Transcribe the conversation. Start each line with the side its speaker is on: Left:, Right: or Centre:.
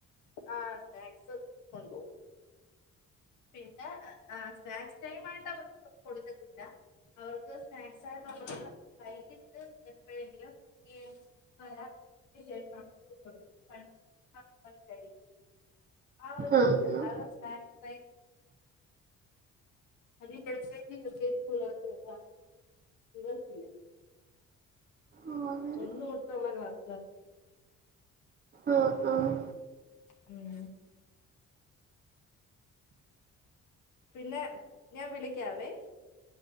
Left: ആഹ് സ്നാക്സ് കൊണ്ടാേവും പിന്നെ ആഹ് സ്നാക്സ് ടൈമായിട്ട് അവർക്ക് കൊടുക്കത്തില്ല അവർക്ക് സ്നാക്സ് ആയിട്ട് <unintelligible> വൈകിട്ട് എപ്പഴെങ്കിലും ഈയ് പല <unintelligible> ആ ഒരുതില്ല
Right: ആഹ്
Left: അല്ലാതെ
Right: ആഹ്
Left: സ്നാക്സ് ടൈം അത് L K G U K G പുള്ളേർക്കുള്ളതാ ഇവർക്കില്ല
Right: ഓഹ് അങ്ങനെ
Left: ഒന്ന് തൊട്ടുള്ള ക്ലാസാ
Right: ആഹ് ആഹ്
Left: ഉം പിന്നെ ഞാൻ വിളിക്കാവേ